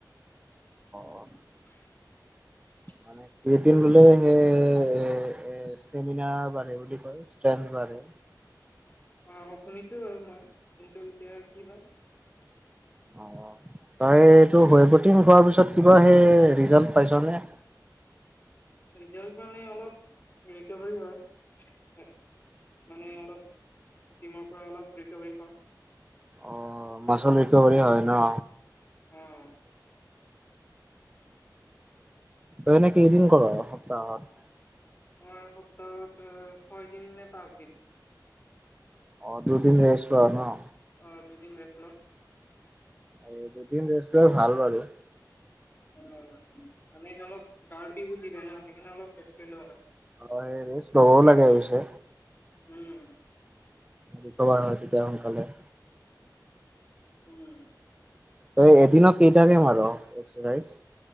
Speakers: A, on the left (about 25°); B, on the right (about 15°).
A: <unintelligible>
B: অ মানে টু এইটিন ল'লে হে এ এ ষ্টেমিনা বাঢ়ে বুলি কয় ষ্ট্ৰেন্দ বাঢ়ে।
A: অ অ শুনিছোঁ বাৰু মই কিন্তু এতিয়া কি হয়?
B: অ তই সেইটো হোৱে প্ৰ'টিন খোৱাৰ পিছত কিবা সেই ৰিজাল্ট পাইছ নে?
A: ৰিজাল্ট মানে অলপ ৰিকভাৰী হয়। সে মানে অলপ প্ৰ'টিনৰ পৰা অলপ ৰিকভাৰী পাওঁ।
B: অহ মাছল ৰিকভাৰী হয় ন?
A: অহ।
B: তই এনে কেইদিন কৰ সপ্তাহত?
A: মই সপ্তাহত তোৰ ছয় দিন নে পাঁচ দিন।
B: অঁ দুদিন ৰেষ্ট লোৱা ন?
A: অঁ দুদিন ৰেষ্ট লওঁ।
B: আৰে দুদিন ৰেষ্ট লোৱা ভাল বাৰু।
A: অঁ মানে অলপ গাৰ বিষ উঠি যায় ন সেইকাৰণে অলপ ৰেষ্ট লৈ লওঁ।
B: অঁ এই ৰেষ্ট ল'বও লাগে পিছে।
A: উম।
B: ৰিকভাৰ হয় তেতিয়া সোনকালে।
A: উম।
B: তই এদিনত কেইটাকে মাৰ এক্সাৰচাইজ?